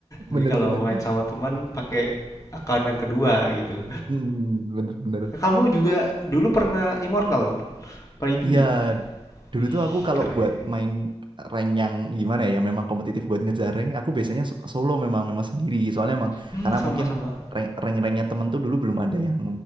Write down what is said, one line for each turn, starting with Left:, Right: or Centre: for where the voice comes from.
Left: jadi
Right: Bener-bener.
Left: kalau main sama teman pakai akun yang kedua gitu
Right: Mm, bener-bener.
Left: kamu juga dulu pernah immortal paling tinggi
Right: Iya, dulu
Left: wih
Right: tuh aku kalau
Left: keren
Right: buat main rank yang gimana ya, yang memang kompetitif buat ngejar rank, aku biasanya so- solo memang memang sendiri. Soalnya emang
Left: hmm
Right: karena
Left: sama-sama
Right: mungkin rank rank ranknya temen tuh dulu belum ada yang